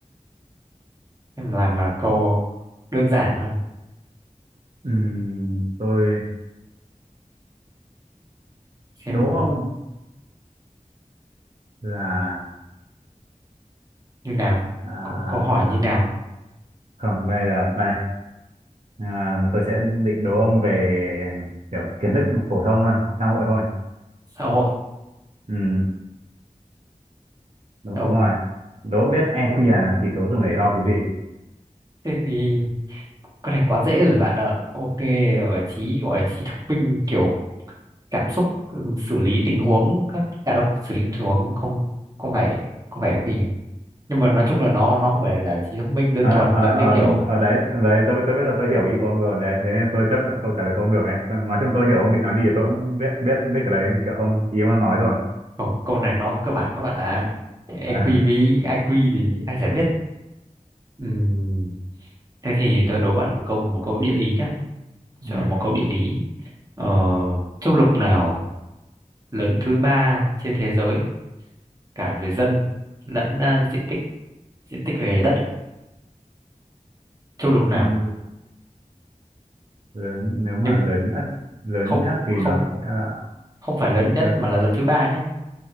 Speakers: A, on the right; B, on the right.
A: em làm mà câu đơn giản thôi
B: ừm, tôi
A: xem
B: đố ông là
A: như nào
B: à,
A: câu, câu hỏi
B: xem
A: như
B: nào
A: nào
B: không bây giờ đây à, tôi sẽ định đố ông về kiểu kiến thức phổ thông thôi xã hội thôi
A: xã hội
B: Ừ. đúng,
A: đâu
B: đúng rồi đố không biết EQ là chỉ số dùng để đo cái gì
A: thế thì con này quá dễ rồi bạn ạ ok gọi là trí gọi là trí thông minh kiểu cảm xúc ừ, xử lý tình huống các à đâu xử lý tình huống không không phải không phải vì nhưng mà nói chung là nó nó không phải là trí thông minh đơn
B: à,
A: thuần
B: à,
A: giống
B: à,
A: như kiểu
B: à, đấy à, đấy tôi tôi bây giờ tôi hiểu ý của ông rồi đấy thế nên tôi chấp nhận câu trả lời của ông được ấy Tôi- nói chung tôi hiểu ông định nói gì thì tôi cũng biết biết biết cái đấy kiểu ông ý ông đang nói rồi
A: Câu, câu này nó cơ bản các bạn ạ. EQ
B: à, <laughs>
A: với IQ thì anh sẽ biết. Ừm, Thế thì tôi đố bạn một câu một câu địa lý nhá. Cho
B: ừ,
A: một câu địa lý. Ờ, châu lục nào lớn thứ ba trên thế giới cả về dân lẫn à, diện tích diện tích về đất ấy. châu lục nào
B: ừ, lớn, nếu mà
A: nhưng
B: lớn nhất lớn
A: không
B: nhất thì
A: không
B: nó sẽ là
A: không phải lớn nhất
B: lớn,
A: mà là lớn thứ ba nhé.